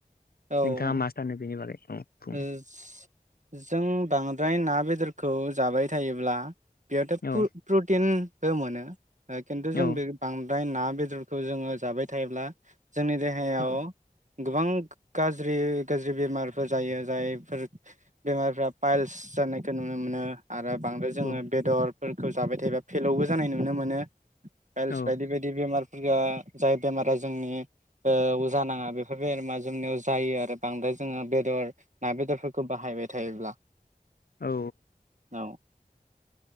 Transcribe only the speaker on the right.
औ
जों बांद्राय ना बेदरखौ खौ जाबाय थायोब्ला बेयावाथ
प्र प्रटिन बो मोनो ओ खिन्थु जों
बे ओमफ्राय ना बेदरखौ जोङो जाबाय थायोब्ला जोंनि देहायाव
गोबां गाज्रि गाज्रि बेमारफोर जायो जायफोर बेमारफ्रा पाइल्स जानायखौ नुनो मोनो आरो बांद्राय जोङो
बेदर फोरखौ जाबाय थायोबा फिलौबो जानाय नुनो मोनो फइलस
बायदि बायदि बे जाय बेमारा जोंनि जानाङा बेफोर बेरामा जोंनियाव जायो आरो बांद्राय जोङो बे बेदर ना बेदरफोरखौ बाहायबाय थायोब्ला
औ